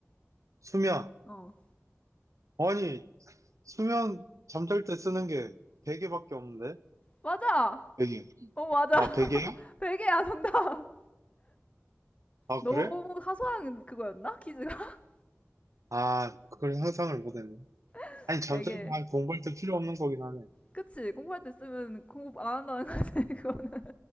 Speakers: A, on the right; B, on the left.
A: 수면.
B: 어.
A: 아니, 수면, 잠잘 때 쓰는 게 베개밖에 없는데?
B: 맞아!
A: 베개.
B: 어, 맞아.
A: 아, 베개요?
B: <laughs> 베개야, 정답.
A: 아,
B: 너무
A: 그래?
B: 사소한 그거였나? 퀴즈가?
A: 아, 그걸 상상을 못했네.
B: <laughs>
A: 아니, 잠자리
B: 베개.
A: 아, 공부할 때 필요 없는 거긴 하네.
B: 그치? 공부할 때 쓰면 공부 안 한다는 거지, <laughs> 그거는.